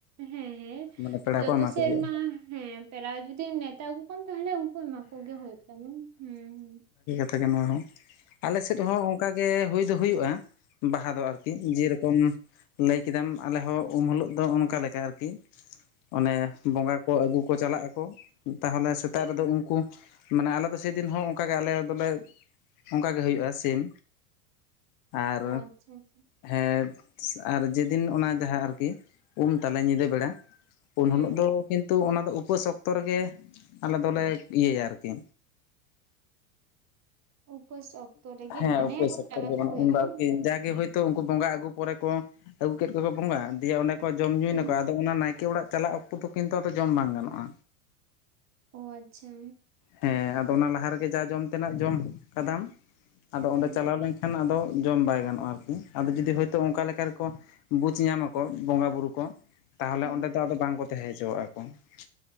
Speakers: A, on the right; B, on the left.
A: ᱦᱮᱸ ᱦᱮᱸ
B: ᱢᱟᱱᱮ ᱯᱮᱲᱟ
A: ᱡᱚᱛᱚ
B: ᱠᱚ ᱮᱢᱟ
A: ᱥᱮᱨᱢᱟ
B: ᱠᱚ ᱦᱩᱭᱩᱜᱼᱟ
A: ᱦᱮᱸ ᱯᱮᱲᱟ ᱡᱩᱫᱤ ᱱᱮᱶᱛᱟ ᱟᱹᱜᱩᱼᱼ ᱠᱚᱢ ᱛᱟᱦᱚᱞᱮ ᱩᱱᱠᱩ ᱮᱢᱟ ᱠᱚ ᱜᱮ ᱦᱩᱭᱩᱜ ᱛᱟᱢᱟ ᱦᱮᱸ ᱦᱮᱸ
B: ᱛᱮᱜᱮ ᱱᱚᱣᱟ ᱦᱚᱸ ᱟᱞᱮ ᱥᱮᱫ ᱦᱚᱸ ᱚᱱᱠᱟ ᱜᱮ ᱦᱩᱭ ᱫᱚ ᱦᱩᱭᱩᱜᱼᱟ᱾ ᱵᱟᱦᱟ ᱫᱚ ᱟᱨᱠᱤ ᱡᱮᱨᱚᱠᱚᱢᱼᱼ ᱞᱟᱹᱭ ᱠᱮᱫᱟᱢ ᱟᱞᱮ ᱦᱚᱸ ᱩᱢ ᱦᱤᱞᱳᱜ ᱫᱚ ᱚᱱᱠᱟ ᱞᱮᱠᱟ ᱟᱨᱠᱤ ᱚᱱᱮ ᱵᱚᱸᱜᱟ ᱠᱚ ᱟᱹᱜᱩ ᱠᱚ ᱪᱟᱞᱟᱜ ᱟᱠᱚ ᱛᱟᱦᱚᱞᱮ ᱥᱮᱛᱟᱜ ᱨᱮᱫᱚ ᱩᱱᱼᱼ ᱩᱱᱠᱩ ᱢᱟᱱᱮ ᱟᱞᱮ ᱫᱚ ᱥᱮᱫᱤᱱ ᱦᱚᱸ ᱚᱱᱠᱟ ᱜᱮ ᱟᱞᱮ ᱫᱚᱞᱮᱼᱼ ᱚᱱᱠᱟ ᱜᱮ ᱦᱩᱭᱩᱜᱼᱟ ᱥᱮᱢ ᱟᱨᱼᱼ
A: ᱚ ᱟᱪᱪᱷᱟ ᱟᱪᱪᱷᱟ
B: ᱦᱮᱸ ᱟᱨ ᱡᱮᱫᱤᱱ ᱚᱱᱟ ᱡᱟᱦᱟᱸ ᱟᱨᱠᱤ ᱩᱢ ᱛᱟᱞᱮ ᱧᱤᱫᱟᱹ ᱵᱮᱲᱟᱼᱼ ᱩᱱ
A: ᱦᱮᱸ
B: ᱦᱤᱞᱳᱜ ᱫᱚ ᱠᱤᱱᱛᱩ ᱚᱱᱟ ᱫᱚ ᱩᱯᱟᱹᱥ ᱚᱠᱛᱚ ᱨᱮᱜᱮ ᱟᱞᱮ ᱫᱚᱞᱮ ᱤᱭᱟᱹᱭᱟ ᱟᱨᱠᱤ
A: ᱩᱯᱟᱹᱥ ᱚᱠᱛᱚ ᱨᱮᱜᱮ
B: ᱦᱮᱸ
A: ᱢᱟᱱᱮ
B: ᱩᱯᱟᱥ
A: ᱨᱩᱢ
B: ᱚᱠᱛᱚ
A: ᱰᱟᱠᱟ
B: <unintelligible>
A: ᱠᱚ ᱦᱩᱭᱩᱜᱼᱟ
B: ᱟᱨᱠᱤ ᱡᱟᱜᱮ ᱦᱳᱭ ᱛᱚ ᱩᱱᱠᱩ ᱵᱚᱸᱜᱟ ᱟᱹᱜᱩ ᱯᱚᱨᱮ ᱠᱚ ᱟᱹᱜᱩ ᱠᱮᱫ ᱠᱚᱣᱟ ᱠᱚ ᱵᱚᱸᱜᱟ ᱫᱤᱭᱮ ᱚᱱᱮ ᱠᱚ ᱡᱚᱢ ᱧᱩᱭᱱᱟᱠᱚ
A: ᱦᱩᱸ.
B: ᱟᱫᱚ ᱚᱱᱟ ᱱᱟᱭᱠᱮ ᱚᱲᱟᱜ ᱪᱟᱞᱟᱜ ᱚᱠᱛᱚ ᱫᱚ ᱠᱤᱱᱛᱩ ᱟᱫᱚ ᱡᱚᱢ ᱵᱟᱝ ᱜᱟᱱᱚᱜᱼᱟ᱾
A: ᱚ ᱟᱪᱪᱷᱟ᱾
B: ᱦᱮᱸ ᱟᱫᱚ ᱚᱱᱟ ᱞᱟᱦᱟ ᱨᱮᱜᱮ ᱡᱟ ᱡᱚᱢ ᱛᱮᱱᱟᱜ ᱡᱚᱢ ᱠᱟᱫᱟᱢ᱾ ᱟᱫᱚ
A: ᱦᱮᱸ
B: ᱚᱸᱰᱮ ᱪᱟᱞᱟᱣ ᱞᱮᱱᱠᱷᱟᱱ ᱟᱫᱚ ᱡᱚᱢ ᱵᱟᱭ ᱜᱟᱱᱚᱜᱼᱟ ᱟᱨᱠᱤ ᱟᱫᱚ ᱡᱩᱫᱤ ᱦᱳᱭᱛᱳ ᱚᱱᱠᱟ ᱞᱮᱠᱟ ᱨᱮᱠᱚ ᱵᱩᱡᱽ ᱧᱟᱢᱟ ᱠᱚ ᱵᱚᱸᱜᱟ ᱵᱩᱨᱩ ᱠᱚ ᱛᱟᱦᱚᱞᱮ
A: ᱦᱮᱸ
B: ᱚᱸᱰᱮ ᱫᱚ ᱟᱫᱚ ᱵᱟᱝ ᱠᱚ ᱛᱟᱦᱮᱸ ᱦᱚᱪᱚᱣᱟᱜᱼᱟ ᱠᱚ ᱾